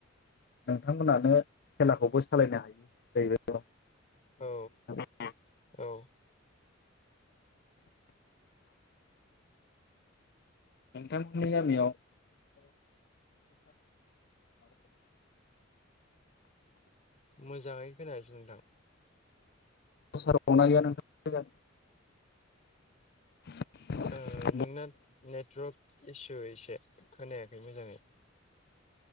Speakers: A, on the left; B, on the left.
A: नोंथांमोनानो खेलाखौबो सालायनो हायो बेबायल'
B: औ
A: <inaudible>
B: औ
A: नोंथांमोननि गामियावथ
B: मोजाङै खोनायासै नोंथां
A: <unintelligible> गैया नोंथां <inaudible>
B: ओ
A: अ
B: नोंना नेटवर्क इसु एसे खोनायाखै मोजाङै